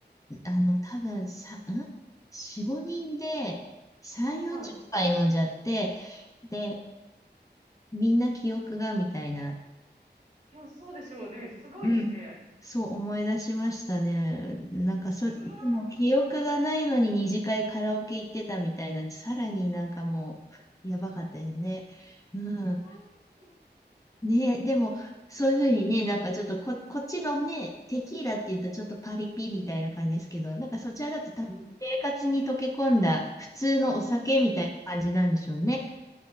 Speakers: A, on the left; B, on the right.
A: あの、多分さ、ん ?4、5人で3、40杯飲んじゃって、
B: はい。
A: で、みんな記憶がみたいな
B: えそうでしょうね。すごいですね。
A: うん。そう思い出しましたね。なんかそ、
B: うわ
A: でも記憶がないのに二次会カラオケ行ってたみたいなんで、さらになんかもう、やばかったですね。うん。
B: ー、安い
A: ねえ、でも、そういうふうにね、なんかちょっとこ、こっちのね、テキーラって言うとちょっとパリピみたいな感じですけど、なんかそちらだと多分生活に溶け込んだ普通のお酒みたいな感じなんでしょうね。
B: うんうん。うん。